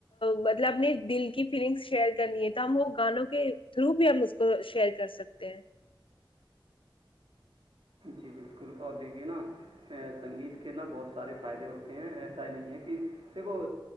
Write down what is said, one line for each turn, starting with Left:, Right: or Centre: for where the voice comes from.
Left: مطلب اپنے دل کی فیلنگس شیئر کرنی ہے تو ہم وہ گانوں کے تھرو بھی ہم اس شیئر کر سکتے ہیں
Right: جی بالکل اور دیک گے نا سنگیت کے نہا بہت سارے فائدے ہوتے ہیں ایسا ہی نہیں ہے کہ دیکھو